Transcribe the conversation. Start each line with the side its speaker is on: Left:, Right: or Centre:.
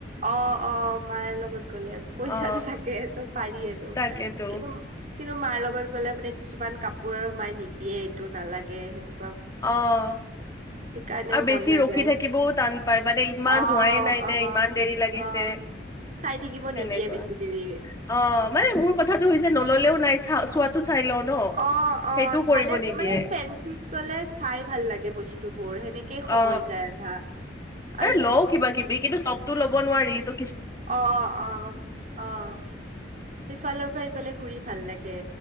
Right: অ' অ' মাই লগত গ'লে পইচাটো
Left: অ
Right: থাকে হেতো পাৰি এইটো আৰু
Left: তাকেতো
Right: কিন্তু কিন্তু মাৰ লগত গ'লে মানে কিছুমান কাপোৰ আৰু মায়ে নিদিয়ে। এইটো নালাগে হেনোঁ
Left: অ'
Right: সেইকাৰণেও
Left: আৰু বেছি
Right: মন নাযায়।
Left: ৰখি থাকিবও টান পাই মানে ইমান
Right: অ',
Left: হোৱাইে নাই নে
Right: অ',
Left: ইমান দেৰি লাগিছে
Right: অ'। চাই থাকিব
Left: সেনেকুৱা
Right: নিদিয়ে বেছি দেৰি
Left: অ' মানে মোৰ কথাটো হৈছে। যে নল'লেও নাই চা চোৱাটো চাই লও ন
Right: অ'
Left: সেইটো
Right: অ'
Left: কৰিব
Right: চালে
Left: নিদিয়ে
Right: মানে ফেঞ্চিত গ'লে চাই ভাল লাগে বস্তু। বোৰৰ সেনেকেই সময়
Left: অ
Right: যায় আধা। আৰু
Left: এ লওঁ কিবা কিবি কিন্তু চবতো ল'ব নোৱাৰি ইটো
Right: অ' অ' অ' অ' সিফালৰ থাইত এইফালে ঘুৰি ভাল লাগে।